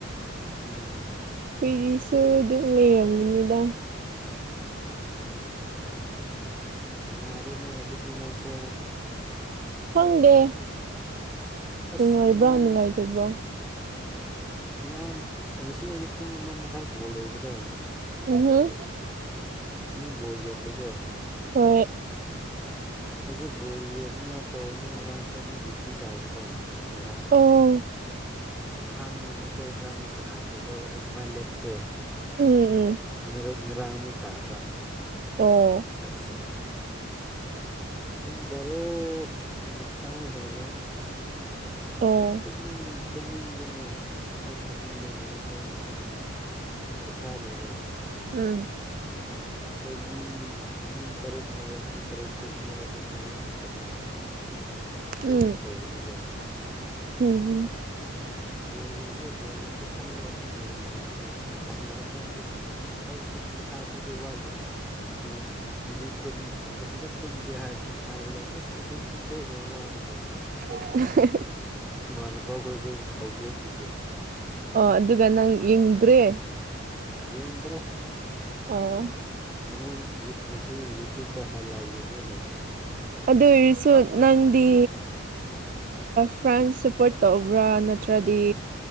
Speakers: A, in the centre; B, on the right.
A: ꯎꯝ
B: ꯍꯨꯏꯗꯤꯁꯨ ꯑꯗꯨꯝ ꯂꯩꯔꯝꯃꯤꯅꯤꯗ
A: ꯎ ꯅꯨꯡꯉꯥꯏꯔꯦꯅꯦ ꯑꯗꯨꯗꯤ ꯅꯪꯁꯨ
B: ꯈꯪꯗꯦ
A: ꯑꯁ
B: ꯅꯨꯡꯉꯥꯏꯕ꯭ꯔꯥ
A: ꯉꯔꯥꯡ
B: ꯅꯨꯡꯉꯥꯏꯇꯕ꯭ꯔꯣ
A: ꯉꯔꯥꯡ ꯉꯁꯤ ꯑꯌꯨꯛ ꯄꯨꯡ ꯑꯃ ꯃꯈꯥꯏ ꯕꯣꯜ ꯂꯩꯕꯗꯣ
B: ꯎꯝꯍꯨꯝ
A: ꯅꯪ ꯕꯣꯜ ꯌꯦꯡꯗꯦꯀꯣ
B: ꯍꯣꯏ
A: ꯑꯩꯁꯦ ꯕꯣꯜ ꯌꯦꯡꯅꯤ ꯉꯥꯏ ꯇꯧꯔꯅꯤ ꯉꯔꯥꯡꯁꯨ ꯑꯃꯨꯛ ꯗ꯭ꯌꯨꯇꯤ ꯇꯥꯕꯀꯣ ꯅꯍꯥꯟ
B: ꯑꯣ
A: ꯑꯍꯥꯟꯕ ꯅꯨꯃꯤꯠꯇ ꯏꯕꯥꯅꯤ ꯁꯥꯟꯅꯈꯤꯕꯗ ꯑꯗꯨꯃꯥꯏꯅ ꯂꯦꯞꯇꯣ
B: ꯎꯝ ꯎꯝ ꯎꯝ
A: ꯉ ꯉꯔꯥꯡ ꯑꯃꯨꯛ ꯇꯥꯕ
B: ꯑꯣ
A: ꯑꯁ ꯄꯨꯡ ꯕꯥꯔꯣ ꯃꯈꯥꯏ ꯍꯦꯜꯂꯦ
B: ꯑꯣ
A: ꯑꯁ ꯇꯅꯤꯡ ꯇꯨꯝꯅꯤꯡꯗꯅ ꯑꯁ ꯑꯩ ꯐꯃꯨꯡꯗ ꯉꯥꯏꯍꯥꯛꯇꯪ ꯄꯣꯊꯥꯔꯨꯔꯦ
B: ꯎꯝ
A: ꯑꯩꯈꯣꯏ ꯃꯤ ꯃꯤ ꯇꯔꯨꯛꯅꯦꯕ ꯃꯤ ꯇꯔꯨꯛꯇꯨ ꯃꯤ ꯑꯍꯨꯝ ꯑꯍꯨꯝ ꯀꯩꯅꯣ ꯆꯦꯟꯖ
B: ꯎꯝ
A: ꯇꯧꯕꯅꯦꯕ
B: ꯎꯝ ꯎꯝ
A: ꯑꯥꯏꯖꯁ ꯕꯣꯔ ꯌꯦꯡꯒꯦ ꯕꯣꯔꯜ ꯌꯦꯡꯒꯦ ꯈꯜꯂꯒ ꯑꯗꯨꯝ ꯂꯩꯕ ꯑꯁꯤꯍꯇꯪꯗꯤ ꯈꯔꯗꯤ ꯄꯨꯡꯈꯥꯏꯃꯨꯗꯤ ꯋꯥꯠꯂꯤꯌꯦ ꯃꯤꯅꯤꯠ ꯃꯤꯅꯤꯠ ꯀꯨꯟꯒꯨꯝꯕꯗ ꯇꯨꯝꯒꯦ ꯍꯥꯏꯔꯒ ꯑꯁ ꯑꯗꯨꯝ ꯇꯨꯝꯊꯣꯛꯈꯔꯕ ꯋꯥꯅꯤꯗ
B: ꯍꯦ ꯍꯦ ꯍꯦ
A: ꯏꯃꯥꯟꯅꯕ ꯑꯩꯈꯣꯏꯁꯨ ꯍꯧꯗꯣꯛꯄꯤꯗꯦ
B: ꯑꯣ ꯑꯗꯨꯒ ꯅꯪ ꯌꯦꯡꯗ꯭ꯔꯦ
A: ꯌꯦꯡꯗ꯭ꯔꯦ
B: ꯑꫭ
A: ꯑꯃꯨꯛ ꯉꯁꯤ ꯌꯨꯇꯨꯞꯇ ꯍꯥꯏꯂꯥꯏ ꯌꯦꯡꯉꯒ ꯂꯩꯔꯦ
B: ꯑꯗꯨ ꯑꯣꯏꯔꯁꯨ ꯅꯪꯗꯤ ꯐ꯭ꯔꯥꯟꯁ ꯁꯄꯣꯔꯠ ꯇꯧꯕ꯭ꯔꯥ ꯅꯠꯇ꯭ꯔꯗꯤ